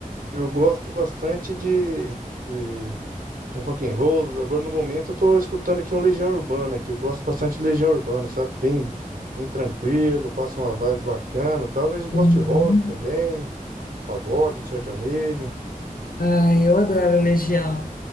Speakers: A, on the right (about 75°); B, on the left (about 80°).
A: eu gosto bastante de, de um rock and roll. Agora no momento eu tô escutando aqui um Legião Urbana que eu gosto bastante de Legião Urbana, sabe? Bem, bem tranquilo, passa uma vibe bacana, e tal, mas eu
B: Uhum.
A: gosto de rock também, pagode, um sertanejo.
B: Ah, eu adoro Legião,